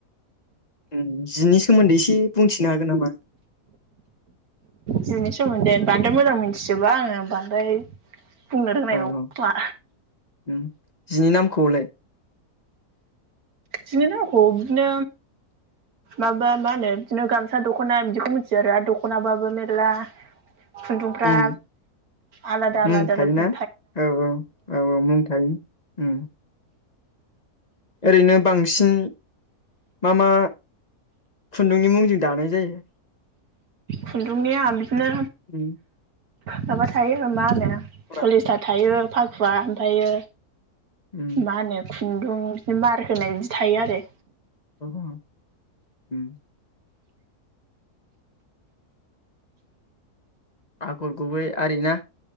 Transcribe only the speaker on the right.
जिनि सोमोन्दै बांद्राय मोजां मोनथिजोबा आङो बांद्राय बुंनो रोंनाय
नङा
खोमा।
जिनि नामखौ बिदिनो माबा मा होनो बिदिनो गामसा दख'ना बिदिखौ मिथियो आरो दखनाबाबो मेर्ला खुन्दुंफ्रा
आलादा
आलादा
रोखोम
खुन्दुंनिया बिदिनो
माबा थायो मा होनो
पलिसतार थायो फाखुवा ओमफायो
मा होनो खुन्दुं बिदिनो मार होनाय बिदि थायो आरो।